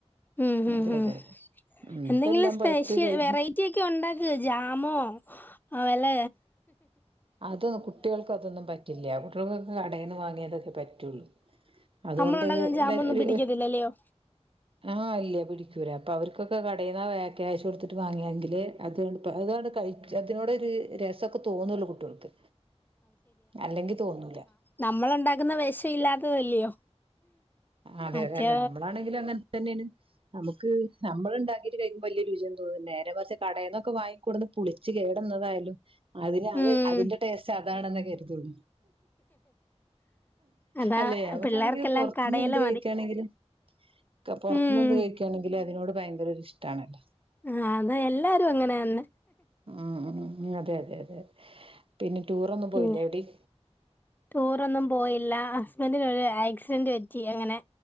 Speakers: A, on the left (about 15°); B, on the right (about 55°).
A: ഉം ഉം
B: അതെ
A: ഉം.
B: അതെ അതെ ഉം
A: എന്തെങ്കിലും
B: ഇപ്പ എല്ലാം
A: സ്പെഷ്യൽ
B: പഴുത്ത് കഴിഞ്ഞ്
A: വെറൈറ്റി ഒക്കെ ഉണ്ടാക് ജാമോ ഏഹ് വെല്ല
B: അത് കുട്ട്യേൾക്ക് അതൊന്നും പറ്റില്ല കുട്ട്യേൾക്കൊക്കെ കടെന്ന് വാങ്ങിയതൊക്കെ പറ്റൊള്ളൂ. അതുകൊണ്ട്
A: നമ്മൾ ഉണ്ടാക്കുന്ന
B: ഇല്ലെ
A: ജാമൊന്നും
B: ഒരു
A: പിടിക്കത്തില്ലല്ലയോ
B: ആഹ് ഇല്ല്യ പിടി ക്കൂല. അപ്പൊ അവർക്കൊക്കെ കടേന്നാ വെ ക്യാഷ് കൊടുത്തിട്ട് വാങ്ങിയെങ്കിലെ അതാണ്ട് പ അതാണ്ട് കഴി ച് അതിനോട് ഒരു രസൊക്കെ തോന്നൊള്ളു കുട്ട്യോൾക്ക് അല്ലെങ്കി തോന്നൂല.
A: നമ്മള്ണ്ടാക്കുന്ന വെഷ ഇല്ലാത്തതല്ലയോ.
B: അതെ
A: മറ്റേ
B: അതെ. അല്ലാ നമ്മളാണെങ്കിലും അങ്ങൻ തന്നേണ്. നമുക്ക് നമ്മള്ണ്ടാക്കീട്ട് കഴിക്കുമ്പം വല്യ രുചി ഒന്നും തോന്നും നേരെ മറിച് കടേന്നൊക്കെ വാങ്ങിക്കൊട്ന്ന് പുളിച്ചു കേടന്നതായാലും അതിന് അത്
A: ഉം
B: അതിന്റെ ടേസ്റ്റ് അതാണെന്നേ കര്തൊള്ളൂ.
A: അതാ
B: അല്ലെ? അതൊക്കേണെങ്കി
A: പിള്ളേർക്കെല്ലാം
B: പൊറ്
A: കടയിലെ
B: ത്ത്ന്ന് എന്ത് കഴിക്കാണെങ്കിലും
A: മതി
B: ക പൊറത്ത്ന്ന്
A: ഉം
B: എന്ത് കഴിക്കാണെങ്കിലും അതിനോട് ഭയങ്കര ഒരിഷ്ടാണല്ലോ.
A: ആഹ് അതാ എല്ലാരും അങ്ങനെ തന്നെ.
B: ഉം ഉം ഉം അതെ അതെ അതെ. പിന്നെ ടൂറൊന്നും
A: പിന്നെ
B: പോയില്ല എവിടിം?
A: ടൂറൊന്നും പോയില്ല ഹസ്ബൻഡിനൊരു ആക്സിഡന്റ് പറ്റി അങ്ങനെ